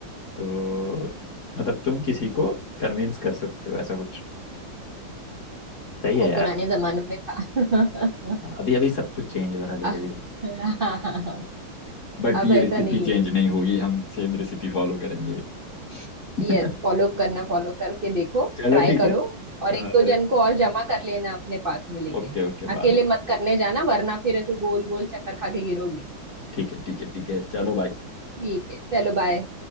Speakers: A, on the left; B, on the right.
A: तो मतलब तुम किसी को कन्विंस कर सकते हो ऐसा कुछ सही
B: वो
A: है यार
B: पुराने जमानों में था <laughs>
A: अभी अभी सब कुछ चेंज हो रहा है धीरे
B: हाँ, हाँ,
A: धीरे
B: हाँ, हाँ,
A: बट
B: अब
A: ये
B: ऐसा
A: रेसिपी
B: नहीं है
A: चेंज नहीं होगी हम सेम रेसिपी फॉलो करेंगे <laughs>
B: यस फॉलो करना फॉलो करके देखो
A: चलो
B: ट्राई
A: ठीक
B: करो
A: है
B: और एक
A: और
B: दो जन को और जमा कर लेना अपने पास में लेकिन
A: ओके ओके
B: अकेले
A: बाद में
B: मत करने जाना वरना फिर ऐसे गोल गोल चक्कर खा के गिरोगे
A: ठीक है ठीक है ठीक है चलो बाय
B: ठीक है चलो बाय